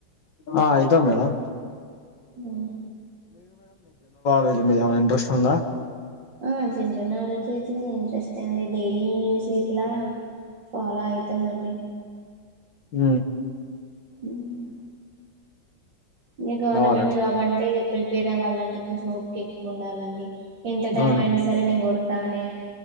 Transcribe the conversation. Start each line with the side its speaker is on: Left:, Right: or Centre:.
Left: ఆ అయితం మేడం
Right: ఉ
Left: వెటిమీదన్న ఇంట్రెస్ట్ ఉందా,
Right: ఆ జెనరల్ నాలెడ్జ్ ఐతే ఇంట్రెస్టే అండి డైలీ న్యూస్ ఇట్లా ఫాలో అయితామండి
Left: ఊ
Right: ఊమ్ ఇంకా గవర్నమెంట్
Left: కావాలి
Right: జాబ్ అంటే ఇగ ప్రిపేర్ అవ్వాలంటే కొంచెం ఓప్కి ఎక్కువ ఉండాలండి, ఎంత టైం
Left: అవును
Right: అయినా సరే నేన్ గొడతా అనే